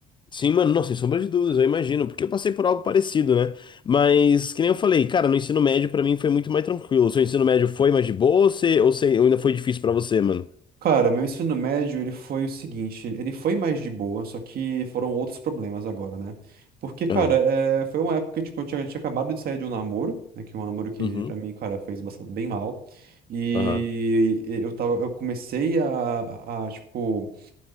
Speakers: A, on the left; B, on the right.
A: Sim, mano, não, sem sombra de dúvidas, eu imagino, porque eu passei por algo parecido, né? Mas, que nem eu falei, cara, no ensino médio pra mim foi muito mais tranquilo. O seu ensino médio foi mais de boa ou, você, ou, você, ou ainda foi difícil pra você, mano?
B: Cara, meu ensino médio, ele foi o seguinte, ele foi mais de boa, só que foram outros problemas agora, né? Porque, cara,
A: Aham,
B: é, foi uma época que, tipo, eu tinha, tinha acabado de sair de um namoro, né? Que é um namoro que,
A: uhum,
B: pra mim, cara, fez bastante, bem mal. E
A: aham.
B: eu tava, eu comecei a, a, tipo,